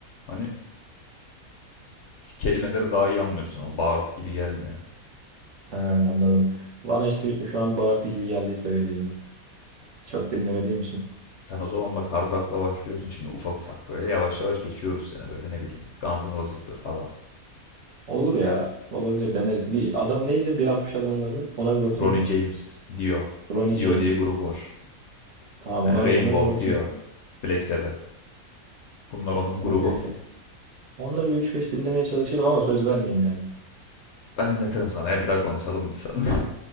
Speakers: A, on the left (about 65°); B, on the right (about 60°).
A: Hani kelimeleri daha iyi anlıyorsun ama bağırtı gibi gelmiyor.
B: Ha anladım. Bana işte şu an bağırtı gibi geldiği seviyedeyim ben. Çok dinlemediğim için.
A: Sen o zaman bak hard rock'la başlıyorsun şimdi ufak ufak böyle yavaş yavaş geçiyoruz seni böyle ne bileyim Guns N' Roses'dır falan.
B: Olur ya. Olabilir deneriz. Bir adam neydi? 1.60 adamın adı. Ona bir bakayım
A: Ronnie
B: ben.
A: James, Dio.
B: Ronnie
A: Dio
B: James.
A: diye grubu var.
B: Tamam
A: Hani
B: ona
A: Rainbow,
B: ona bir bakayım.
A: Dio, Black Sabbath. Bunlar onun
B: Okey
A: grubu.
B: okey. Onları bir üç beş dinlemeye çalışırım ama söz vermeyeyim yani.
A: Ben dinletirim sana ya bir daha konuşalım biz seninle.